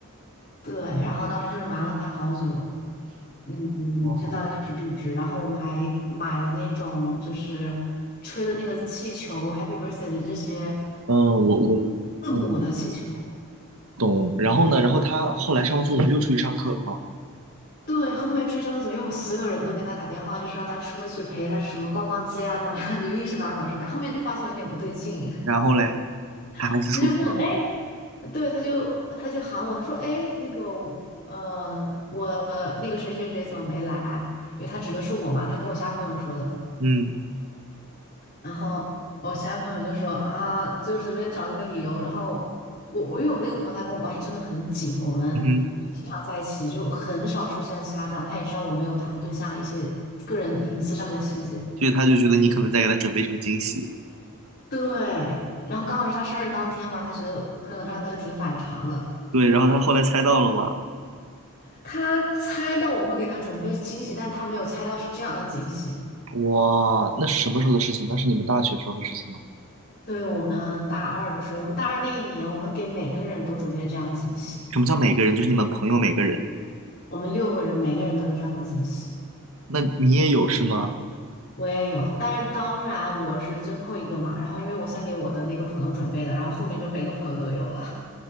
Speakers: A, on the left (about 40°); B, on the right (about 75°).
A: 对，然后当时就是瞒了他好久，嗯，
B: 哇，
A: 陈早就开始布置，然后我们还买了那种就是吹的那个气球，Happy Birthday 的这些
B: 嗯，我我嗯
A: 字母的气球。
B: 懂。然后呢，然后他后来上完厕所又出去上课了吗？
A: 对，后面出去上厕所，因为我们所有人都给他打电话，就说让他出去陪他什么逛逛街啊，怎么样，<laughs> 就一直把他搞事。但后面就发现有点不对劲，
B: 然后嘞，他还是出去了吗？
A: <laughs> 他就问，哎，对，他就他就喊我，他说，哎，那个，呃，我那个谁谁谁怎么没来？因为他指的是我嘛，他跟我其他朋友说的。
B: 嗯
A: 然后我其他朋友就说啊，就随便找了个理由。然后我我因为我那个朋友他跟我关系真的很紧，我们就经常在一起，
B: 嗯哼，
A: 就很少出现其他状态。他也知道我没有谈对象一些个人隐私上面的细节。
B: 所以他就觉得你可能在给他准备什么惊喜。
A: 对，然后刚好是他生日当天嘛，他觉得有朋友状态都挺反常的。
B: 对，然后他后来猜到了吗？
A: 他猜到我会给他准备惊喜，但他没有猜到是这样的惊喜。
B: 哇，那是什么时候的事情？那是你们大学时候的事情吗？
A: 对，我们大二的时候，我们大二那一年，我们给每个人都准备了这样的惊喜，
B: 什么叫每个人？就是你们朋友每个人。
A: 我们六个人每个人都有这样的惊喜。
B: 那你也有是吗？
A: 我也有，但是当然我是最后一个嘛。然后因为我先给我的那个朋友准备的，然后后面就每个朋友都有了。